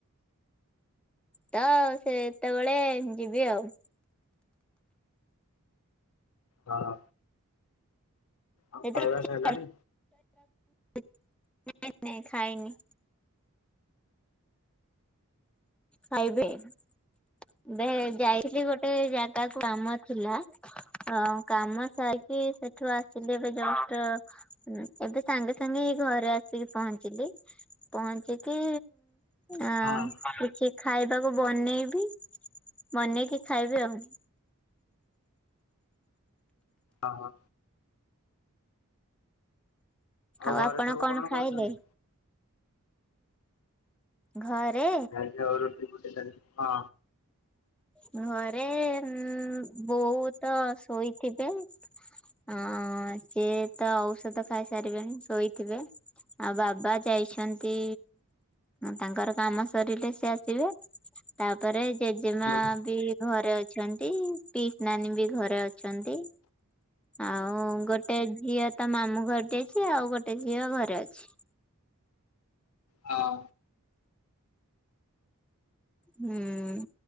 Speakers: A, in the centre; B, on the left (about 75°).
A: ତ ସେତେବେଳେ ଯିବି ଆଉ।
B: ହଁ। ଆଉ
A: ସେଥିରେ
B: ଖାଇବା
A: କିଛି
B: ସରିଲାଣି
A: <unintelligible> ନାଇଁ ନାଇଁ ଖାଇନି। ଖାଇବେ ଏବେ ଯାଇଥିଲି ଗୋଟେ ଜାଗାକୁ କାମ ଥିଲା। ହଁ କାମ ସାରିକି ସେଠୁ ଆସିଲି ଏବେ ହଁ ଜଷ୍ଟ। ହୁଁ ଏବେ ସାଙ୍ଗେ ସାଙ୍ଗେ ଏଇ ଘରେ ଆସିକି ପହଞ୍ଚିଲି ପହଞ୍ଚିକି ଆ
B: ହଁ ହଁ
A: କିଛି ଖାଇବାକୁ ବନେଇବି ବନେଇକି ଖାଇବି ଆଉ।
B: ଅହୋ।
A: ଆଉ
B: ଘରେ
A: ଆପଣ
B: ସବୁ
A: କଣ ଖାଇଲେ?
B: କରୁଛନ୍ତି?
A: ଘରେ।
B: ଚାଲିଛି ଆଉ ରୁଟି ଫୁଟି ଚାଲିଛି ହଁ।
A: ଘରେ ଉଁ ବୋଉ ତ ଶୋଇଥିବେ। ହଁ ସିଏ ତ ଔଷଧ ଖାଇ ସାରିବେଣି ଶୋଇଥିବେ। ଆଉ ବାବା ଯାଇଛନ୍ତି ତାଙ୍କର କାମ ସରିଲେ ସେ ଆସିବେ। ପରେ ଜେଜେମା
B: ହୁଁ
A: ବି ଘରେ ଅଛନ୍ତି ପିଉସୀ ନାନୀ ବି ଘରେ ଅଛନ୍ତି। ଆଉ ଗୋଟେ ଝିଅ ତା ମାମୁଁ ଘଟି ଅଛି ଆଉ ଗୋଟେ ଝିଅ ଘରେ ଅଛି।
B: ହଁ।
A: ହୁଁ